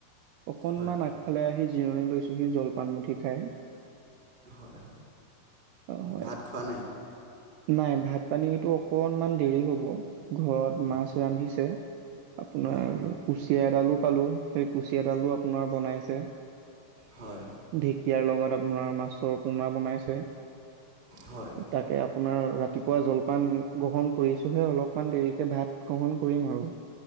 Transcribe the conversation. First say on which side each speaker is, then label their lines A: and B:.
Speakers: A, on the right; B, on the right.
A: অকণমান
B: হয়
A: আগফালে আহি জিৰণি লৈছোঁহি জলপানমুঠি খাই।
B: হয়
A: অ, হয়
B: ভাত খোৱা নায়?
A: নাই ভাত পানীতো অকনমান দেৰি হব ঘৰত মাছ
B: হয়
A: ৰান্ধিছে। আপোনাৰ
B: হয়
A: কুচিয়া এডালো পালো সেই কুচিয়াডালো আপোনাৰ বনাইছে।
B: হয়
A: ঢেঁকীয়াৰ লগত আপোনাৰ মাছৰ পোনা বনাইছে।
B: হয়
A: তাকে আপোনাৰ ৰাতিপুৱা জলপান গ্ৰহণ কৰিছোহে অলপমান দেৰিকে ভাত গ্ৰহণ কৰিম আৰু।